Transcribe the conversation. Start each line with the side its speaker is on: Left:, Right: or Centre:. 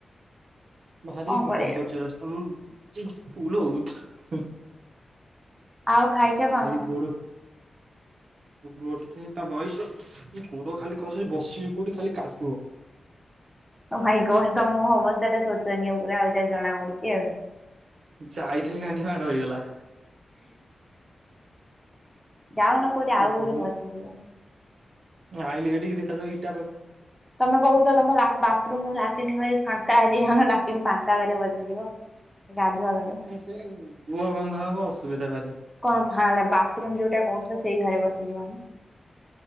Right: ଭାରି
Centre: କଣ କରିବା
Right: କଦର୍ଯ୍ୟ ରାସ୍ତା ମୁଁ ଫୁଲ ହଉ
Centre: ଆଉ ଖାଇଛ କଣ?
Right: ଖାଲି ଗୋଡ ରୁହ ଟିକେ ତା ବୟସ କୋଡ ଖାଲି ଖସୁଛି ବସିବି କୋଉଠି ଖାଲି କାଦୁଅ
Centre: ଓ ମାଇଁ ଗଡ୍ ତମ ଅବସ୍ଥା ଟା ଶୋଚନୀୟ ପୁରା ଆଉ ଯାହା ଜଣା ପଡୁଛି ଆଉ।
Right: ଯାଇଥିଲି ଗାଣ୍ଠି ମାଡ ହେଇଗଲା
Centre: ଯାଉନ କୋଉଠି ଆଉ
Right: ଓହୋ।
Centre: କୋଉଠି ବସିଯିବ
Right: ଆଇଲି ଏଇଠିକି ଦେଖାଯାଉ ଇାଟା
Centre: ତମେ କହୁଥିଲ ତମ ବାଥରୁମ ଲାଟିନ ଘରେ ଫାଙ୍କା ଅଛି ଲାଟିନ ଫାଙ୍କା ଘରେ ବସିଯିବ ଗାଧୁଆ ଘରେ
Right: ସେ ସେ ଗୁହ ଗନ୍ଧା ହବ ଅସୁବିଧା ଭାରି
Centre: କଣ ବାଥରୁମ ଯୋଉଟା କହୁଥିଲ ସେଇ ଘରେ ବସିଯିବନା